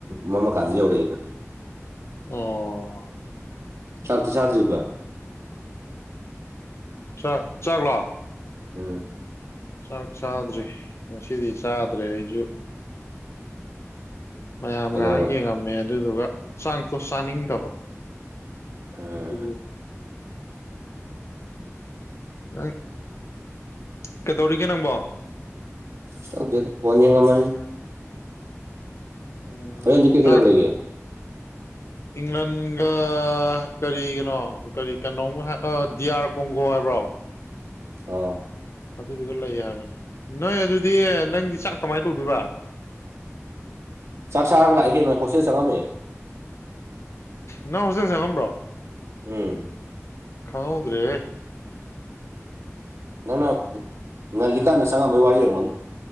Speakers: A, on the right (about 65°); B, on the left (about 55°).
A: ꯃꯝꯃ ꯀꯥꯟꯗ ꯌꯧꯔꯛꯑꯦꯗ
B: ꯑꯣ
A: ꯆꯥꯛꯇꯤ ꯆꯥꯗ꯭ꯔꯤꯕ
B: ꯆꯥꯛ ꯆꯥꯛꯂꯣ
A: ꯎꯝ
B: ꯆꯥꯛ ꯆꯥꯗ꯭ꯔꯤ ꯉꯁꯤꯗꯤ ꯆꯥꯗ꯭ꯔꯦ ꯑꯩꯁꯨ ꯃꯌꯥꯝ
A: ꯀꯩꯗꯧꯔꯕ
B: ꯉꯥꯏꯍꯥꯛ ꯌꯦꯡꯉꯝꯃꯦ ꯑꯗꯨꯗꯨꯒ ꯆꯥꯛꯇꯣ ꯆꯥꯅꯤꯡꯗꯕ
A: ꯎꯝ
B: ꯑꯗꯨ ꯅꯪ ꯀꯩꯗꯧꯔꯤꯒꯦ ꯅꯪꯕꯣ
A: ꯀꯩꯁꯨ ꯇꯧꯗꯦꯗ ꯐꯣꯟ ꯌꯦꯡꯉꯝꯕꯅꯤ
B: ꯎꯝ
A: ꯍꯣꯔꯦꯟꯗꯤ ꯀꯩ
B: ꯆꯥꯛ
A: ꯀꯩ ꯂꯝ ꯂꯩꯒꯦ
B: ꯏꯪꯂꯟꯒ ꯀꯔꯤꯒꯅꯣ ꯀꯔꯤ ꯀꯩꯅꯣꯝ ꯗꯤ ꯑꯥꯔ ꯀꯣꯡꯒꯣ ꯍꯥꯏꯕ ꯕꯔꯣ
A: ꯍꯥꯎ
B: ꯑꯗꯨꯗꯨꯒ ꯂꯩ ꯍꯥꯏꯕꯅꯦ ꯅꯣꯏ ꯑꯗꯨꯗꯤ ꯅꯪꯗꯤ ꯆꯥꯛ ꯀꯃꯥꯏꯅ ꯇꯧꯗꯣꯏꯕꯣ
A: ꯆꯥꯛ ꯆꯥꯔꯒ ꯂꯥꯛꯑꯦ ꯀꯩꯅꯣ ꯑꯩ ꯍꯣꯁꯇꯦꯜ ꯆꯡꯉꯝꯃꯦ
B: ꯅꯪ ꯍꯣꯁꯇ꯭ꯦꯜ ꯆꯡꯉꯝꯕ꯭ꯔꯣ
A: ꯎꯝ
B: ꯈꯥꯎꯗ꯭ꯔꯦ
A: ꯅ ꯅ ꯅ ꯂꯤꯀꯥꯏ ꯅ ꯁꯒ ꯋꯥꯔꯤ ꯃꯅꯦ